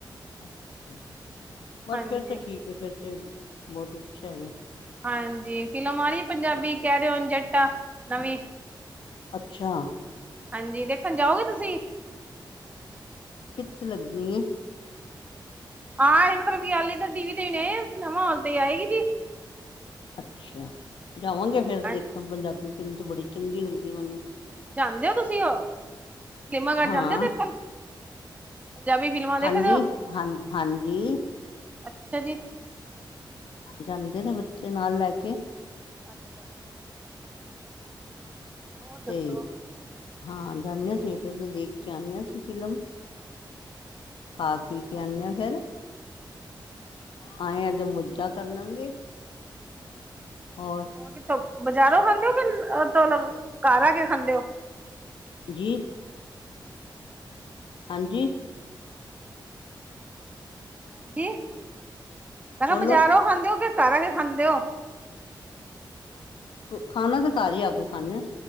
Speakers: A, on the left; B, on the right.
A: ਅੱਛਾ ਬਸ
B: ਹਾਂਜੀ
A: ਫਿਰ ਤਾਂ ਠੀਕ ਹੈ ਫੇਿਰ ਤੇ ਬਹੁਤ ਉਛਾ ਹੈਗਾ।
B: ਹਾਂਜੀ ਫਿਲਮ ਆਹੀ ਪੰਜਾਬੀ ਕਹਿ ਰਹੇ ਹੋਣ ਜੱਟਾ ਨਵੀਂ।
A: ਅੱਛਾ
B: ਹਾਂਜੀ, ਦੇਖਣ ਜਾਓਗੇ ਤੁਸੀਂ?
A: ਕਿੱਥ ਲੱਗਣੀ ਏ?
B: ਆ, ਇਹ ਮਤਲਬ ਗੱਲ ਇੱਰ ਟੀ ਵੀ ਤੇ ਆ ਸਨਮਾ ਹਾਲ ਤੇ ਆਏਗੀ ਜੀ।
A: ਅੱਛਾ। ਜਾਵਾਂਗੇ ਫੇਰ
B: ਹਾਂਜੀ
A: ਦੇਖਣ ਪੰਜਾਬੀ ਫਿਲਮ ਤੇ ਬੜੀ ਚੰਗੀ ਲੱਗਦੀ ਮੈਨੂੰ।
B: ਜਾਂਦੇ ਹੋ ਤੁਸੀਂ ਸਿਨੇਮਾਘਰ
A: ਹਾਂ
B: ਜਾਂਦੇ ਹੋ ਦੇਖਣ। ਪੰਜਾਬੀ ਫਿਲਮਾਂ ਦੇਖਦੇ
A: ਹਾਂਜੀ
B: ਹੋ
A: ਹਾਂ ਹਾਂਜੀ
B: ਅੱਛਾ ਜੀ
A: ਜਾਂਦੇ ਨੇ ਬੱਚੇ ਨਾਲ ਲੈ ਕੇ
B: ਅੱਛਾ ਜੀ, <unintelligible> ਹੋਰ ਦੱਸੋ
A: ਤੇ ਹਾਂ ਜਾਨੇ ਆ ਥੀਏਟਰ ਚ ਦੇਖ ਕੇ ਆਨੇ ਹਾਂ ਅਸੀਂ ਫਿਲਮ ਖਾ ਪੀਕੇ ਆਨੇ ਆ ਫੇਰ
B: ਹਜੀ <inaudible>
A: ਆਏਂ ਅੱਜ ਮੁੱਝਾਂ ਕਰ ਲਾਂਗੇ ਹੋਰ
B: ਕਿਥੋਂ ਬਜ਼ਾਰੋਂ ਖਾਂਦੇ ਹੋ ਕਿਲ <unintelligible> ਘਰ ਆ ਕੇ ਖਾਂਦੇ ਹੋ
A: ਜੀ ਹਾਂਜੀ।
B: ਹਾਂਜੀ, ਮੈਂ ਕਿਹਾ
A: ਬੋਲੋ
B: ਬਜ਼ਾਰੋਂ ਖਾਂਦੇ ਹੋ ਕਿ ਘਰੋ ਕੇ ਖਾਂਦੇ ਹੋ?
A: ਖਾਣਾ ਤੇ ਘਰ ਹੀ ਆ ਕੇ ਖਾਂਦੇ ਹਾਂ।